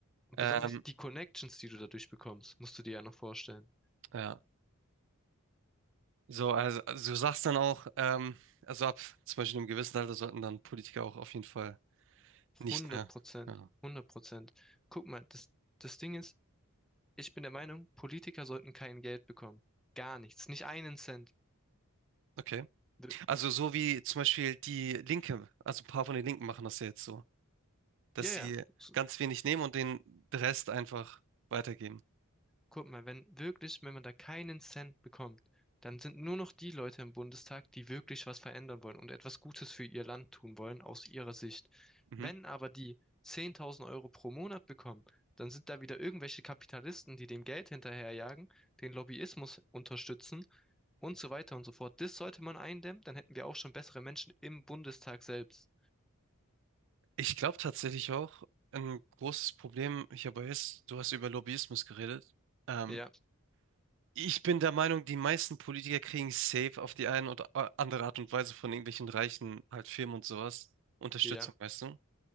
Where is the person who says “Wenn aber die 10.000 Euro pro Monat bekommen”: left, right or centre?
Centre